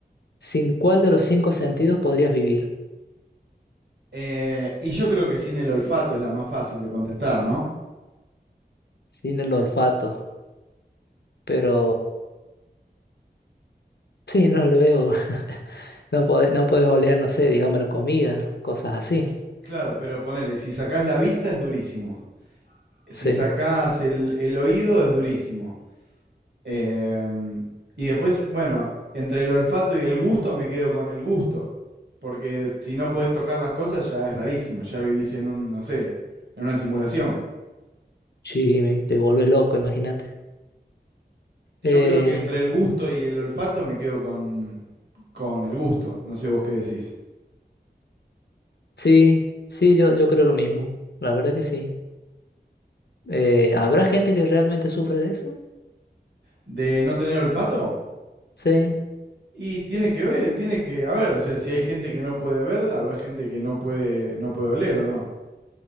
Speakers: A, on the left; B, on the right.
A: ¿Sin cuál de los cinco sentidos podrías vivir?
B: Eh, y yo creo que sin el olfato es la más fácil de contestar, ¿no?
A: sin el olfato, pero sí, no le veo, <laughs> no puedes, no puedes oler, no sé, digamos la comida, cosas así,
B: Claro, pero ponele, si sacás la vista es durísimo. Si
A: sí,
B: sacás el, el oído es durísimo. Em, y después, bueno, entre el olfato y el gusto me quedo con el gusto. Porque si no podés tocar las cosas ya es rarísimo, ya vivís en un, no sé, en una simulación.
A: sí, me- te vuelve loco, imagínate.
B: Yo
A: Eh,
B: creo que entre el gusto y el olfato me quedo con, con el gusto. No sé vos qué decís.
A: sí, sí, yo, yo creo lo mismo, la verdad que sí. Eh, ¿habrá gente que realmente sufre de eso?
B: ¿De no tener olfato?
A: Sí,
B: Y tiene que ver, tiene que haber, o sea, si hay gente que no puede ver, habrá gente que no puede, no puede oler o no.